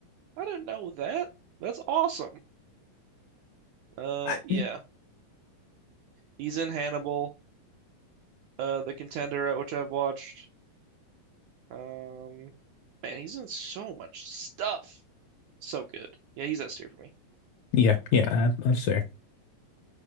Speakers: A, on the right; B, on the left.
A: I didn't know that. That's awesome. Uh,
B: I-
A: yeah, he's in Hannibal, uh, The Contender, uh, which I've watched. Um, man, he's in so much stuff. So good. Yeah, he's S tier for me.
B: yeah, yeah, I, I'm sorry.